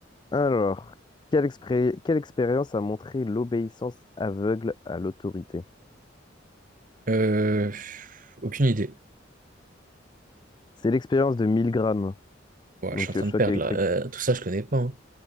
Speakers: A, on the left; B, on the right.
A: Alors, quelle expré- quelle expérience a montré l'obéissance aveugle à l'autorité?
B: Euh, Aucune idée.
A: C'est l'expérience de 1000 grammes,
B: Ouais,
A: donc
B: je suis en train
A: euh, choc
B: de perdre
A: électrique.
B: là. Euh, tout ça, je connais pas. hein.